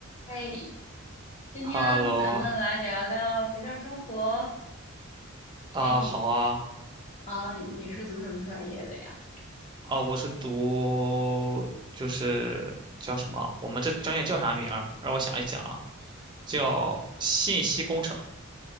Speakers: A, on the left (about 35°); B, on the right (about 20°).
A: 哎，今天咱们来聊聊学校生活。
B: Hello 啊，啊好啊，
A: 哎，你啊，你是读什么专业的呀？
B: 啊我是读就是叫什么？我们这专业叫啥名儿？让我想一想啊，叫信息工程。